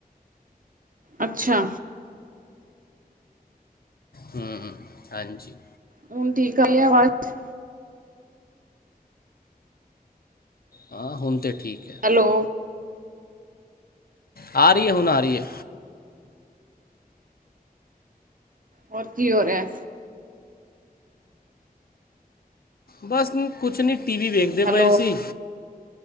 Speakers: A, on the right (about 60°); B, on the left (about 70°).
A: ਅੱਛਾ।
B: ਹਮ ਹਾਂਜੀ।
A: ਹੁਣ ਠੀਕ ਆਈ ਐ ਆਵਾਜ਼।
B: ਆਾ ਹੁਣ ਤੇ ਠੀਕ ਹੈ
A: ਹੈਲੋ।
B: ਆ ਰਹੀ ਹੈ। ਹੁਣ ਆ ਰਹੀ ਹੈ।
A: ਔਰ ਕੀ ਹੋ ਰਿਹਾ।
B: ਬਸ ਕੁਛ ਨਹੀਂ। ਟੀ ਵੀ ਵੇਖਦੇ
A: ਹੈਲੋ
B: ਪਏ ਸੀ।